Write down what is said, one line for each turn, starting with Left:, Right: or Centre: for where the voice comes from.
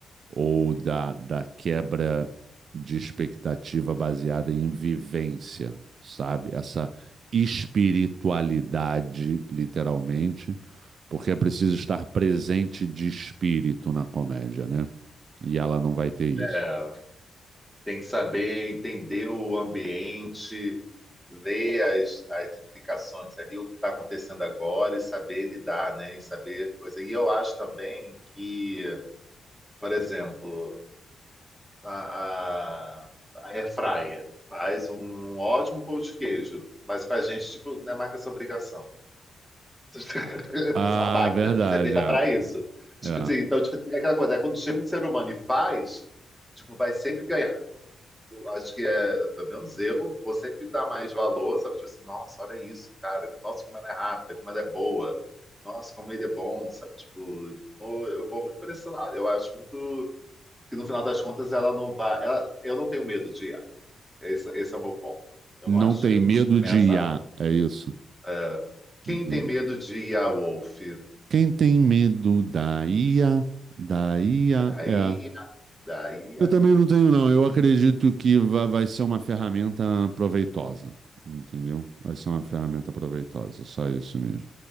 Right: ou da, da quebra de expectativa baseada em vivência, sabe? Essa espiritualidade, literalmente, porque é preciso estar presente de espírito na comédia, né? E ela não vai ter isso.
Centre: É, tem que saber entender o ambiente ler as, as implicações ali, o que está acontecendo agora e saber lidar, né? E saber coisa. E eu acho também que, por exemplo, a, a, a air fryer faz um ótimo pão de queijo, mas pra gente, tipo, não é marca essa obrigação. <laughs>
Right: Ah,
Centre: Você é uma máquina,
Right: verdade,
Centre: você é feita
Right: é.
Centre: para isso. Tipo
Right: É.
Centre: assim, então, tipo, tem aquela coisa, é quando chega um ser humano e faz, tipo, vai sempre ganhar. Acho que é, pelo menos eu, você que dá mais valor, sabe? Tipo assim, nossa, olha isso, cara. Nossa, como ela é rápida, como ela é boa. Nossa, como ele é bom, sabe? Tipo, eu eu vou muito pra esse lado. Eu acho muito que no final das contas ela não vai. ela- eu não tenho medo de IA. Esse, esse é o meu ponto. Eu
Right: Não
Centre: não acho,
Right: tem
Centre: eu
Right: medo
Centre: não me sinto ameaçado.
Right: de IA, é isso.
Centre: É, quem
Right: Entendi.
Centre: tem medo de I a Wolf?
Right: Quem tem medo da IA, da IA,
Centre: Daí,
Right: é.
Centre: daí.
Right: Eu também não tenho, não. Eu acredito que va- vai ser uma ferramenta proveitosa, entendeu? Vai ser uma ferramenta proveitosa, só isso mesmo.